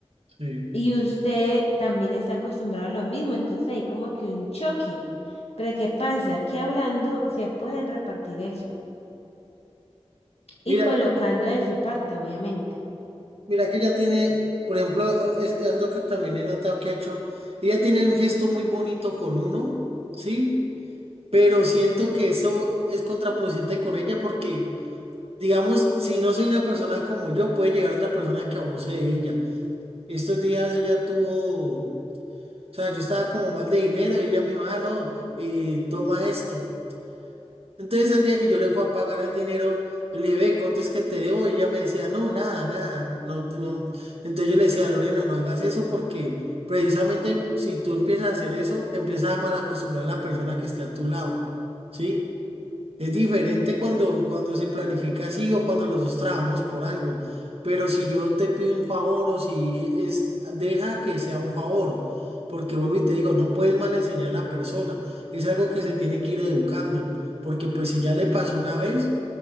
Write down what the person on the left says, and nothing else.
y usted también está acostumbrado a lo mismo, entonces hay como que un choque. Pero ¿qué pasa? Que hablando se pueden repartir eso y
colocando
de su parte, obviamente.